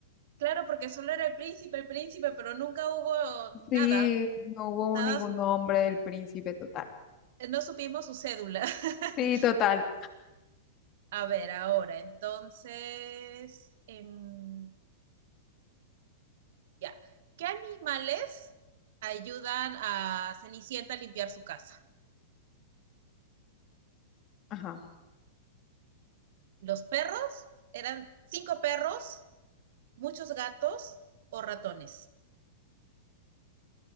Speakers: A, on the right; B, on the left.
A: claro, porque solo era el príncipe, el príncipe, pero nunca hubo
B: Sí,
A: nada,
B: no hubo
A: nada,
B: ningún
A: su-
B: nombre del príncipe total.
A: no supimos su cédula. <laughs>
B: Sí, total.
A: A ver, ahora, entonces, em, ya. ¿Qué animales ayudan a Cenicienta a limpiar su casa?
B: Ajá.
A: los perros, eran cinco perros, muchos gatos o ratones.